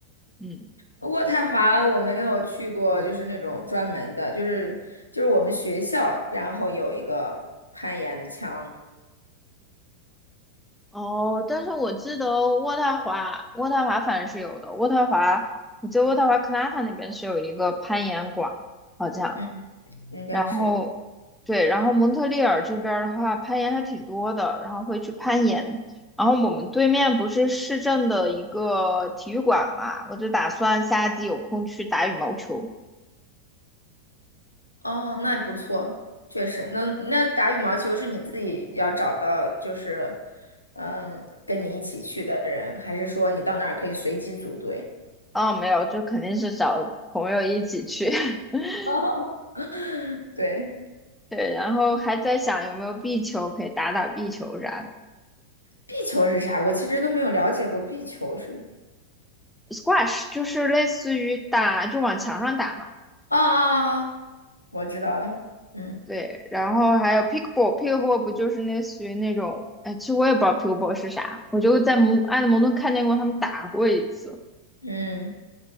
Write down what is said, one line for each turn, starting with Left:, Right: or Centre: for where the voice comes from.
Centre: 嗯。
Left: 渥太华我没有去过，就是那种专门的，就是就是我们学校，然后有一个攀岩墙，
Centre: 哦，但是我记得渥太华，渥太华反正是有的。渥太华，我记得渥太华克拉塔那边是有一个攀岩馆，好像。
Left: 嗯，应该是，
Centre: 然后，对，然后蒙特利尔这边儿的话，攀岩还挺多的，然后会去攀岩。然后我们对面不是市政的一个体育馆嘛，我就打算夏季有空去打羽毛球。
Left: 哦，那不错，确实，那那打羽毛球是你自己要找到，就是嗯，跟你一起去的人，还是说你到那儿可以随机组队？
Centre: 哦，没有，就肯定是找朋友一起去。<laughs>
Left: <laughs> 对，
Centre: 对，然后还在想有没有壁球可以打打壁球啥的。
Left: 壁球是啥？我其实都没有了解过壁球是，
Centre: squash 就是类似于打，就往墙上打嘛。
Left: 哦哦哦，哦我知道了，嗯
Centre: 对，然后还有 pickleball，pickleball 不就是类似于那种，哎，其实我也不知道 pickleball 是啥，我就在蒙爱德蒙顿看见过他们打过一次，
Left: 嗯